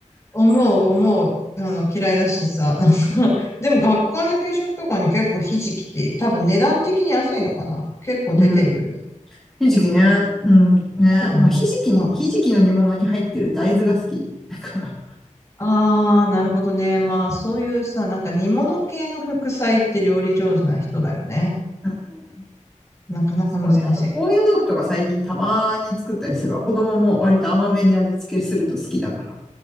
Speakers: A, on the left; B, in the centre.
A: 思う、思う。あの、嫌いだしさ、<laughs> なんか <laughs>
B: うん。
A: でも学校の給食とかに結構ひじきって、多分値段的に安いのかな結構出てるよね。
B: うん。ひじきね。うん、ね。
A: そうなんだ。
B: まあ、ひじきに、
A: ま
B: ひじきの煮物に入ってる大豆が好き。なんか、
A: ああー、なるほどね。まあ、そういうさ、なんか煮物系の副菜って料理上手な人だよね。
B: うん、
A: なかなか難しい。
B: そうね。あと、高野豆腐とか最近たまに作ったりするわ。子供も割と甘めに味付けすると好きだから。